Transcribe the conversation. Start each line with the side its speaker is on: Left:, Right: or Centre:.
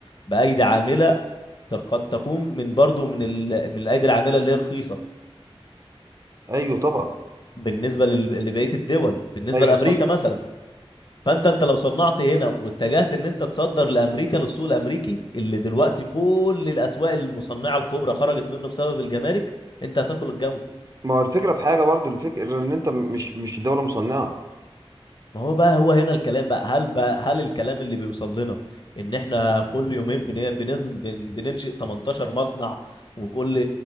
Left: بايدي عامله ت- قد تكون من برضو من ال... من الايدي العامله اللي هي رخيصه
Right: ايوه طبعا
Left: بالنسبه لل... لبقيه الدول بالنسبه
Right: ايوه
Left: لامريكا
Right: صح
Left: مثلا فانت انت لو صنعت هنا واتجهت ان انت تصدر لامريكا للسوق الامريكي اللي دلوقتي كل الاسواق المصنعه الكبرى خرجت منه بسبب الجمارك انت هتاكل الجو
Right: ما هو الفكره في حاجه برضو الفكره ان انت مش مش دوله مصنعه
Left: ما هو بقى هو هنا الكلام بقى هل بقى هل الكلام اللي بيوصل لنا ان احنا كل يومين بن... بن... بن... بننشئ 18 مصنع وكل